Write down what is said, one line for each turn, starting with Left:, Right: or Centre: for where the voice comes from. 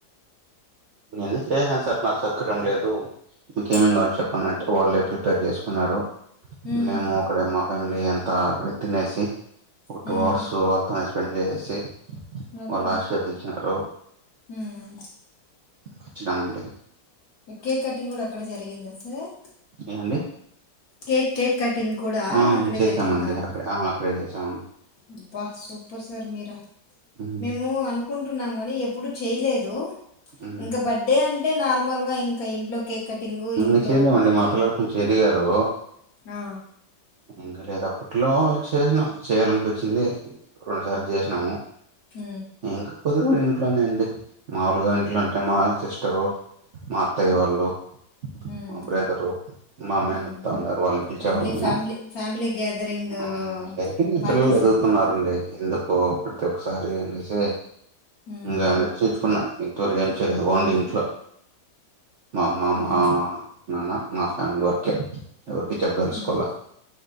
Right: నేన్న చేయనాను సార్ నాకు సకర్యం లేదు మీకేమేమి
Left: ఆ
Right: కావచ్చు చెప్పండి అంటే వల్లే <unintelligible> పేక్ చేసుకున్నారు
Left: హ్మ్
Right: మేము అక్కడ మా ఫ్యామిలీ అంతా అక్కడ తినేసి ఒక
Left: హ్మ్
Right: టూ అవర్స్ వాత్తని స్పెండ్ చేసి
Left: ఓకే
Right: వాళ్ళశధచ్చినార.
Left: హ్మ్
Right: వచ్చినామండి
Left: కేక్ కటింగ్ కూడా అక్కడ జరిగిందా సార్
Right: ఏవండి
Left: కేక్ కేక్ కటింగ్ కూడా
Right: ఆ
Left: అక్కడే
Right: చేశామండి
Left: జరిగిందా అన్
Right: అక్కడే అక్కడే చేసామండి
Left: అబ్బా సూపర్ సార్ మీరా
Right: ఉమ్,
Left: మేము అనుకుంటున్నాం మనీ ఎప్పుడు చేయలేదు
Right: ఉమ్.
Left: ఇంకా బర్డే అంటే నార్మల్ గా ఇంకా ఇంట్లో కేక్ కటింగు, ఇంట్లో
Right: ఇ చేయలేమండి
Left: బంధువులు
Right: మా పిల్లలు కొంచెం ఎదిగారు
Left: ఆ!
Right: ఇంకా లేదు అప్పట్లో చేసినాం చేయ్యాలనిపించింది రెండు సార్లు చేసినాము
Left: హ
Right: ఇంకా కొద్ది రోజులు ఇంట్లోనే అండి మాములుగా ఇంట్లో అంటే మా సిస్టరు మా అత్తయ్య వాళ్ళు
Left: హ్మ్.
Right: మా బ్రదరు మేనత్త
Left: హ్మ్.
Right: వాళ్ళు ఉన్నారు వాళ్ళని పిలిచేవాళ్ళము
Left: ఓన్లీ ఫ్యామిలీ ఫ్యామిలీ గేదరింగ్
Right: హ్మ్. ఇది అయిపోయింది
Left: పార్టీస్
Right: పిల్లలు ఎదుగుతున్నారండి
Left: అన్నమాట
Right: ఎందుకు ప్రతి ఒక్కసారి అనేసి
Left: హ్మ్.
Right: ఇంకా నర్చర్చుకున్న. మీ తర్ ఏం చేరయదు బండి ఇంట్లో మా అమ్మ
Left: హ్మ్.
Right: మా నాన్న మా ఫ్యామిలీ వరకే ఎవరికి చెప్పదలుచుకోల
Left: హ్మ్.